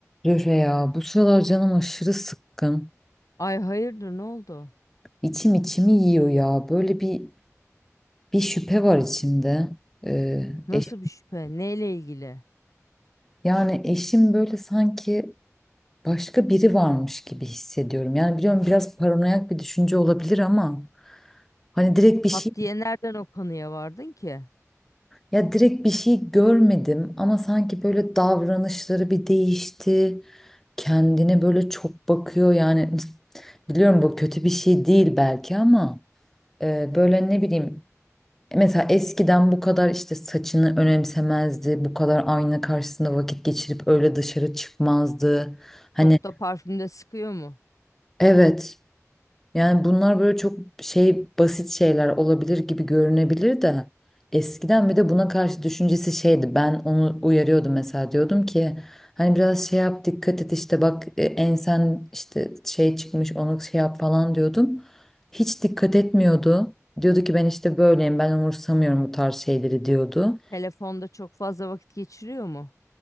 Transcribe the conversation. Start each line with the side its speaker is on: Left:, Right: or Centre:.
Centre: Röre ya bu sıralar canım aşırı sıkkın.
Left: Ay hayırdır ne oldu?
Centre: İçim içimi yiyor ya. Böyle bir bir şüphe var içimde. Ee,
Left: Nasıl
Centre: eş-
Left: bir şüphe? Neyle ilgili?
Centre: yani eşim böyle sanki başka biri varmış gibi hissediyorum. Yani biliyorum biraz paranoyak bir düşünce olabilir ama hani direkt bir
Left: Pat
Centre: şey
Left: diye nereden o kanıya vardın ki?
Centre: ya direkt bir şey görmedim ama sanki böyle davranışları bir değişti. Kendine böyle çok bakıyor yani <laughs> biliyorum bu kötü bir şey değil belki ama e, böyle ne bileyim Mesela eskiden bu kadar işte saçını önemsemezdi, bu kadar ayna karşısında vakit geçirip öyle dışarı çıkmazdı. Hani
Left: Çok da parfümde sıkıyor mu?
Centre: evet yani bunlar böyle çok şey basit şeyler olabilir gibi görünebilir de eskiden bir de buna karşı düşüncesi şeydi. Ben onu uyarıyordum mesela diyordum ki hani biraz şey yap dikkat et işte bak e, ensen işte şey çıkmış onu şey yap falan diyordum. Hiç dikkat etmiyordu. Diyordu ki ben işte böyleyim ben umursamıyorum bu tarz şeyleri diyordu.
Left: Telefonda çok fazla vakit geçiriyor mu?